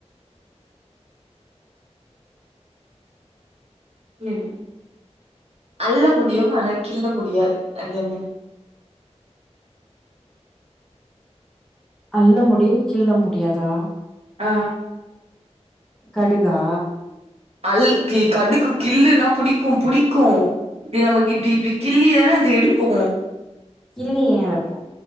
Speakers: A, on the right (about 60°); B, in the centre.
A: ம் அல்ல முடியும் ஆனா கில்ல முடியாது அது என்ன
B: அல்ல முடியும் கில்ல முடியாதா
A: ஆ
B: கடுகா
A: அல்கி கடுக்கு கில்ள்ளுன்னா புடிக்கு புடிக்கு இப்பிடி நமக்கு இப்பிடி இப்பிடி கிள்ளி தான அது எடுப்போ
B: கிள்ளி ஏறப்